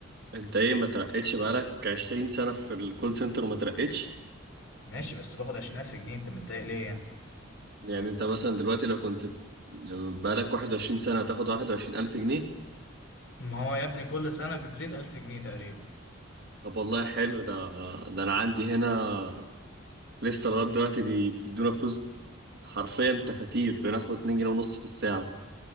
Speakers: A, on the right; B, on the left.
A: انت ايه ما ترقتش بقالك 20 سنة في الكول سنتر وما ترقتش؟
B: ماشي بس باخد عشرين الف جنيه انت متضايق ليه يعني
A: يعني انت مثلا دلوقتي لو كنت ب- بقالك 21 سنة هتاخد 21000 جنيه؟
B: ما هو يا ابني كل سنه بتزيد الف جنيه تقريبا
A: طب والله حلو ده ده انا عندي هنا لسه لغاية دلوقتي بي- بيدونا فلوس حرفيا تفاتير بناخد 2 جنيه ونص في الساعة